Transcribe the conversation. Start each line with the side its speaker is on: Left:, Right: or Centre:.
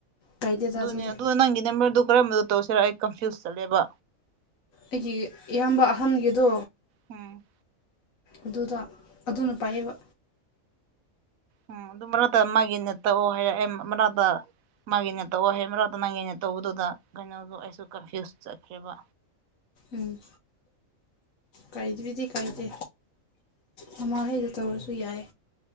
Left: ꯀꯥꯏꯗꯦꯗ
Right: ꯑꯗꯨꯅꯦ
Left: ꯑꯗꯨꯗꯤ
Right: ꯑꯗꯨ ꯅꯪꯒꯤ ꯅꯝꯕꯔꯗꯨ ꯀꯔꯝꯕꯗ ꯇꯧꯁꯤꯔ ꯑꯩ ꯀꯟꯐ꯭ꯌꯨꯁ ꯆꯠꯂꯦꯕ
Left: ꯑꯩꯒꯤ ꯏꯌꯥꯝꯕ ꯑꯍꯟꯒꯤꯗꯣ
Right: ꯎꯝ
Left: ꯑꯗꯨꯗ ꯑꯗꯨꯅ ꯄꯥꯏꯌꯦꯕ
Right: ꯎꯝ ꯑꯗꯨ ꯃꯔꯥꯇ ꯃꯥꯒꯤꯅ ꯇꯧꯔꯑꯣ ꯍꯥꯏꯔꯑꯦ ꯃ ꯃꯔꯥꯇ ꯃꯥꯒꯤ ꯅꯦ ꯇꯧꯋ‌ꯣ ꯍꯦ ꯃꯔꯥꯗ ꯅꯪꯒꯤꯅꯦ ꯇꯧꯕꯗꯨꯗ ꯀꯩꯅꯣꯗ ꯑꯩꯁꯨ ꯀꯟꯐ꯭ꯌꯨꯁ ꯆꯠꯈ꯭ꯔ‌ꯦꯕꯥ
Left: ꯎꯝ ꯀꯥꯏꯗꯤꯕꯤꯗꯤ ꯀꯥꯏꯗꯦ ꯃꯃꯥꯍ‌ꯣꯏꯗ ꯇꯧꯔꯁꯨ ꯌꯥꯏ